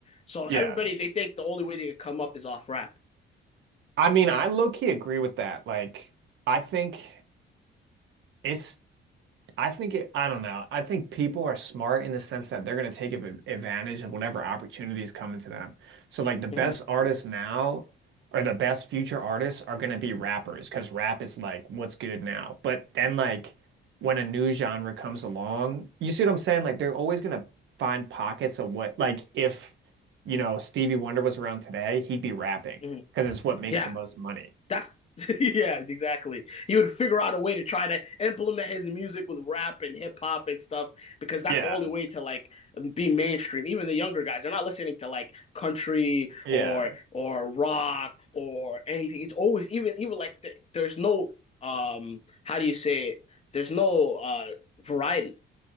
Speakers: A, on the left; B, on the right.
A: So
B: Yeah.
A: everybody they think the only way they can come up is off rap.
B: I mean, I low key agree with that. Like, I think. It's I think it, I don't know. I think people are smart in the sense that they're going to take av- advantage of whatever opportunities come to them. So, like, the best
A: hmm
B: artists now or the best future artists are going to be rappers because rap is like what's good now. But then, like, when a new genre comes along, you see what I'm saying? Like, they're always going to find pockets of what, like, if, you know, Stevie Wonder was around today, he'd be rapping
A: hmm
B: because it's what makes
A: Yeah.
B: the most money.
A: That's <laughs> yeah, exactly. He would figure out a way to try to implement his music with rap and hip hop and stuff because
B: Yeah.
A: that's the only way to like be mainstream. Even the younger guys, they're not listening to like country
B: Yeah.
A: or or rock or anything. It's always even even like th there's no um how do you say it? There's no uh variety.